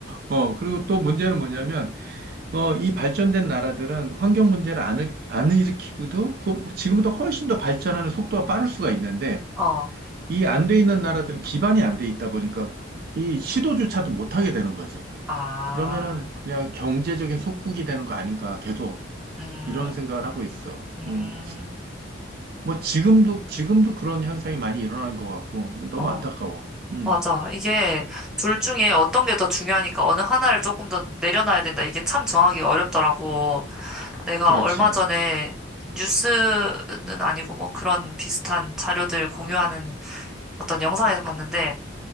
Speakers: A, on the right; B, in the centre.
A: 어, 그리고 또 문제는 뭐냐면, 어, 이 발전된 나라들은 환경 문제를 안, 일- 안 일으키고도 그, 지금보다 훨씬 더 발전하는 속도가 빠를 수가 있는데,
B: 어,
A: 이 안 돼 있는 나라들은 기반이 안 돼 있다 보니까 이 시도조차도 못하게 되는 거지.
B: 아,
A: 그러면은 그냥 경제적인 속국이 되는 거 아닌가 계속
B: 음,
A: 이런 생각을 하고 있어.
B: 음.
A: 음, 뭐 지금도, 지금도 그런 현상이 많이 일어나는 것 같고, 너무
B: 어.
A: 안타까워. 음,
B: 맞아. 이게 둘 중에 어떤 게 더 중요하니까 어느 하나를 조금 더 내려놔야 된다. 이게 참 정하기 어렵더라고. 내가
A: 그렇지.
B: 얼마 전에 뉴스는 아니고 뭐 그런 비슷한 자료들 공유하는 어떤 영상에서 봤는데